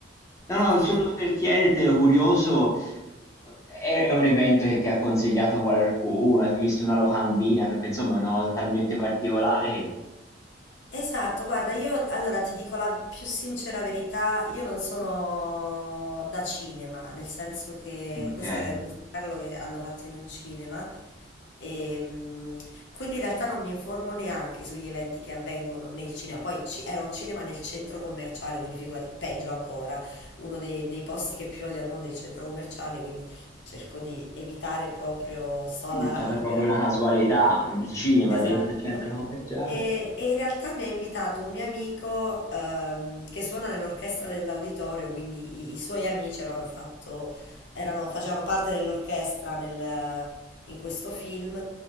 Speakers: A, on the left; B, on the left.
A: no,
B: Dimmi,
A: no,
B: dimmi.
A: solo per chiederti, ero curioso, è è un evento che ti ha consigliato qualcuno? Hai visto una locandina? Perché insomma è una cosa talmente particolare che
B: Esatto, guarda, io allora ti dico la più sincera verità, io non sono da cinema, nel senso che
A: Okay,
B: questo è uno spettacolo che hanno fatto in un cinema e mm, quindi in realtà non mi informo neanche sugli eventi che avvengono nel cinema, poi ci- era un cinema nel centro commerciale, quindi figurati, peggio ancora, uno dei, dei posti che più odio al mondo è il centro commerciale, quindi cerco di evitare proprio, sto
A: quindi
B: alla
A: è stata
B: larga.
A: proprio una casualità, il cinema
B: Esatto.
A: dentro il centro commerciale.
B: E, e in realtà mi ha invitato un mio amico ehm, che suona nell'orchestra dell'auditorio, quindi i, i suoi amici avevano fatto, erano- facevano parte dell'orchestra nel- in questo film